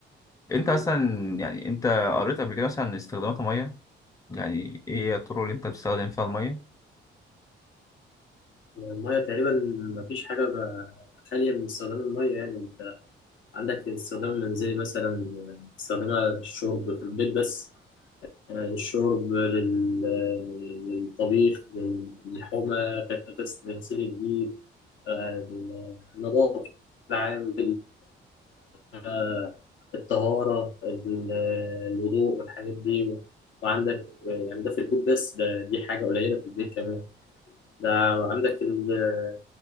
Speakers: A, on the left (about 15°); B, on the left (about 75°).
A: أنت
B: مم.
A: مثلا يعني أنت قريت قبل كده مثلا استخدامات المية يعني إيه هي الطرق اللي أنت بتستخدم فيها المية؟
B: الميه تقريبا ما فيش حاجه ب- خاليه من استخدام الميه يعني انت عندك استخدام منزلي مثلا استخدامها للشرب في البيت بس الشرب لل... للطبيخ لل- للحومه كت- غسل غسيل الجيل آه، النظافه العام آه، الطهارة ال- الوضوء والحاجات دي وعندك آه، يعني ده في البيت بس ده دي حاجة قليلة في البيت كمان ده عندك ال-